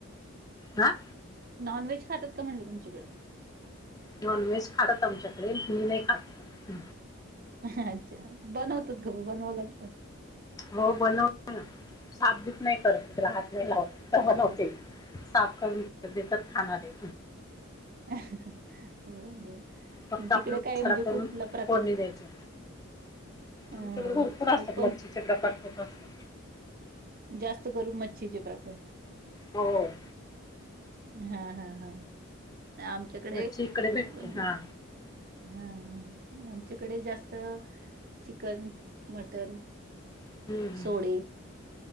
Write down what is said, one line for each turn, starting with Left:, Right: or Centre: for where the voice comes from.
Left: हां
Right: नॉन व्हेज खातात का म्हणलं तुमच्याकडे?
Left: नॉन व्हेज खातात आमच्याकडे मी नाही खात हम्म.
Right: अच्छा बनवतात ग बनवा लागतं.
Left: हो बनवते ना साफ बिफ नाय मी तिला करत हात नाही लावत ते बनवते. साफ करून देतात खाणारे.
Right: हो ना.
Left: फक्त
Right: मग तिकडे
Left: आपल्या
Right: काय
Left: सडा
Right: म्हणजे
Left: करून
Right: कुठला प्रकार?
Left: फोडणी द्यायचे.
Right: हा
Left: आमच्या कडे भरपूर असतात
Right: अ कोण
Left: मच्छीचे प्रकार खूप असतात.
Right: जास्त करून मच्छीचे प्रकार
Left: होय.
Right: हा हा हा. आमच्याकडे
Left: मच्छी इकडे भेटते
Right: वनी
Left: हा
Right: हा आम च्याकडे जास्त चिकन, मटण
Left: हम्म हम्म.
Right: सोडे